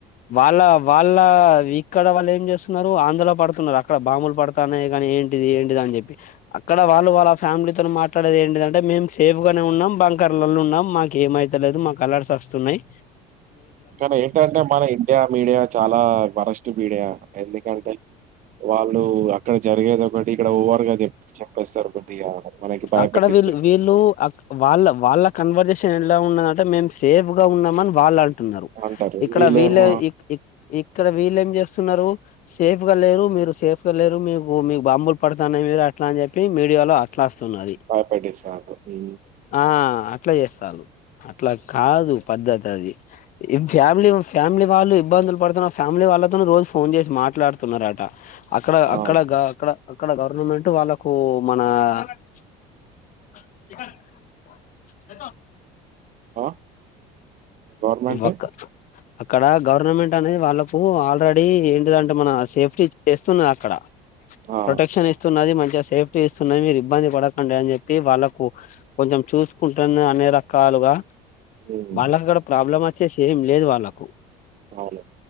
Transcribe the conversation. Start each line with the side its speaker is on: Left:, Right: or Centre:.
Left: వాళ్ళ వాళ్ళ ఇక్కడ వాళ్ళు ఏం చేస్తున్నారు ఆందులో పడుతున్నారు అక్కడ బాంబులు పడుతాన్నాయి కానీ ఏ ఏంటిది ఏంటిది అని చెప్పి అక్కడ వాళ్ళు వాళ్ళ ఫ్యామిలీతో మాట్లాడేది ఏంటిదంటె మేం సేపు్గానే ఉన్నాం బంకర్లలో ఉన్నాం మాకు ఏమయితలేదు మా కలర్స్ వస్తున్నాయి్
Right: కానీ ఏంటంటే మన ఇండియా మీడియా చాలా వరస్ట్ మీడియా ఎందుకంటే వాళ్ళు అక్కడ జరిగేది ఒకటి ఇక్కడ ఓవర్ గా చె చెప్పేస్తారు కొద్దిగా మనకి భయపెట్టిస్తారు
Left: అక్కడ వీళ్ళు వీళ్ళు వాళ్ళ వాళ్ళ కన్వర్జేషన్ ఎలా ఉన్నదాంటే మేము సేఫ్ ఉన్నామని వాళ్ళు అంటున్నారు
Right: అంటారు
Left: ఇక్కడ
Right: వీళ్ళేమో
Left: వీళ ఇ ఇ ఇక్కడ వీళం చేస్త సేఫ్ గా లేరు మీరు సేఫ్ లేరు మీకు మీకు బాంబులు పడుతుా మీద అట్లా అని చెప్పి మీడియాలో స్తున్నది
Right: భయపెట్టిస్తారు హ్మ్.
Left: ఆ అట్లా చేస్తారు అట్లా కాదు పద్దతి ఆది ఫ్యామిలీ ఫ్యామిలీ వాళ్ళు ఇబ్బందులు పడుతున్న ఫ్యామిలీ వాళ్ళతో రోజు ఫోన్ చేసి మాట్లాడుతున్నారట అక్కడ
Right: ఆ!
Left: అక్కడ అక్కడ అక్కడ గవర్నమెంట్ వాళ్ళకు మన <inaudible>
Right: ఆ గవర్మెంట్
Left: వక్క అక్కడ గవర్నమెంట్ అనేది వాళ్ళలకు ఆల్రెడీ ఏంటిదంటే మన సేఫ్టీ చేస్తున్నది అక్కడ
Right: ఆ!
Left: ప్రొటెక్షన్ ఇస్తున్నది మంచిగా సేఫ్టీ ఇస్తున్నాయి మీరు ఇబ్బంది పడకండి అని చెప్పి వాళ్ళలకు కొంచెం చూసుకుంటునే అన్ని రకాలుగా
Right: హ్మ్.
Left: వాళ్ళకి అక్కడ ప్రాబ్లం వచ్చేసి ఏం లేదు వాళ్ళలకు
Right: అవును